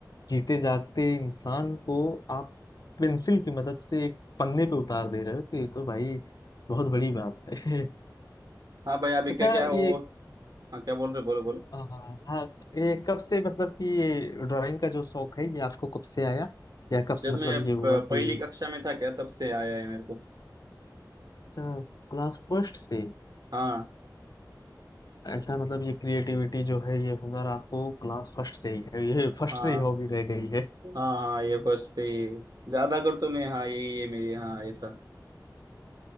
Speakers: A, on the left (about 60°); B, on the right (about 60°).
A: जीते जागते इंसान को आप पेंसिल की मदद से एक पन्ने पे उतार दे रहे हो तो ये तो भाई बहुत बड़ी बात है <laughs>
B: हाँ भाई अभी
A: अच्छा
B: क्या क्या वो
A: ये
B: हाँ क्या बोल रहे बोलो बोलो
A: हाँ हाँ, ये कब से मतलब कि ये ड्राइंग का जो शौक है ये आपको कब से आया या कब से
B: जब
A: मतलब
B: मैं प-
A: ये हुआ कि
B: पहली कक्षा में था क्या तब से आया है मेरे को
A: अच्छा, क्लास फर्स्ट से
B: हाँ
A: ऐसा मतलब ये क्रिएटिविटी जो है ये हुनर आपको क्लास फर्स्ट से ही है ये फर्स्ट
B: हाँ
A: से ही हॉबी रह गई है
B: हाँ हाँ ये फर्स्ट से ही ज्यादा कर तो मैं हाँ यही है मेरी हाँ ऐसा